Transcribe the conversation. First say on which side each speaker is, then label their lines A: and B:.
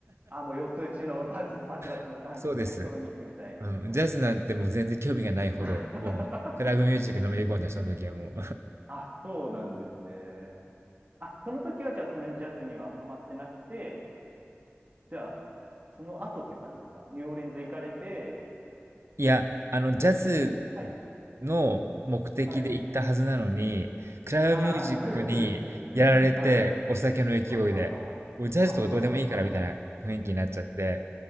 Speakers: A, on the right; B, on the right.
A: あ、もう四つ打ちのバチバチバチのダン、
B: <laughs> そうです。
A: エレクトロニックみたいな。
B: うん。ジャズなんてもう全然興味がないほど、
A: <laughs>
B: もうクラブミュージックのめり込んだ、その時はもう。
A: あ、そうなんですね。あ、その時はじゃあそんなにジャズにはハマってなくて、じゃあ、その後って感じですかニューオーリンズ行かれて、
B: いや、あの、ジャズ
A: えはい、
B: の目的で行ったはずなのに、
A: はい。
B: クラブミュージックにやられて、
A: ああ、<laughs> そういうことですね。はい。
B: お酒の勢いで、
A: はははは。
B: もうジャズとかどうでもいいからみたいな雰囲気になっちゃって、
A: はははは。